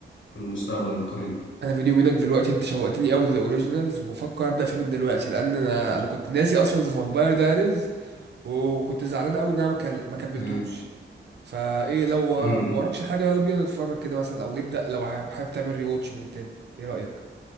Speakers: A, on the left; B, on the right.
A: في المستقبل القريب
B: أنا بيني وبينك دلوقتي أنت شوقتني أوي للأوريجينالز وبفكر أبدأ فيه من دلوقتي لأن أنا أنا كنت ناسي أصلا ذا فامباير دايريز وكنت زعلان أوي إن أنا ما كل- ما كملتوش
A: امم
B: فايه لو ما
A: امم
B: وراكش حاجه يلا بينا نتفرج كده مثلا او نبدا لو حابب حابب تعمل ريواتش من تاني ايه رايك